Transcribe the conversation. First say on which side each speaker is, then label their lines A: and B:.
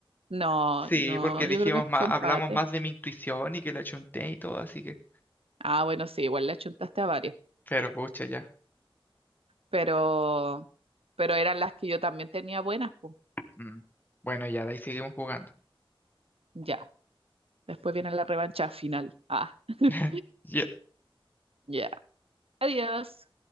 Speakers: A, on the right (about 85°); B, on the left (about 20°).
A: No,
B: Sí,
A: no,
B: porque
A: yo
B: dijimos
A: creo que
B: más,
A: fue empate.
B: hablamos más de mi intuición y que la chunté y todo, así que.
A: Ah, bueno, sí, igual le achuntaste a varias,
B: Pero pucha, ya.
A: pero, pero eran las que yo también tenía buenas, pues.
B: Mm. Bueno, ya, de ahí seguimos jugando.
A: Ya. Después viene la revancha final. Ah, <laughs>
B: <laughs> Ya.
A: ya. Adiós.